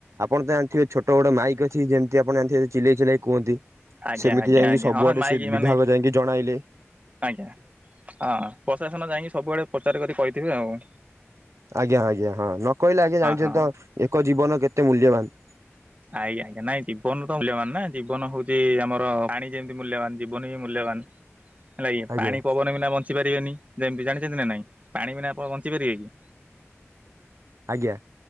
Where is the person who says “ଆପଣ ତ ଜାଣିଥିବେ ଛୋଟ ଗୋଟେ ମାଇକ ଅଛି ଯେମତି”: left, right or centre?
Right